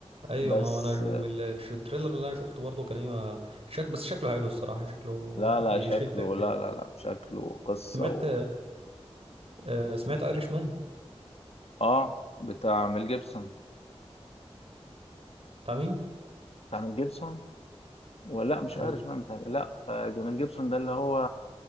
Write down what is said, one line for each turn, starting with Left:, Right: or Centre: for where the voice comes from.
Right: ايوه
Left: بس
Right: ما هو انا من ال- التريلر اللي انا شفته برضه كان ايوه شك بس شكله حلو الصراحه شكله
Left: لا لا
Right: يشدك
Left: شكله
Right: كده
Left: لا لا لا شكله قصة
Right: سمعت
Left: و...
Right: آه، سمعت ايرش مان
Left: اه بتاع ميل جيبسون
Right: بتاع مين؟
Left: بتاع ميل جيبسون ولا مش
Right: ال-
Left: ايرش مان بتاعي لا آه، جميل جيبسون ده اللي هو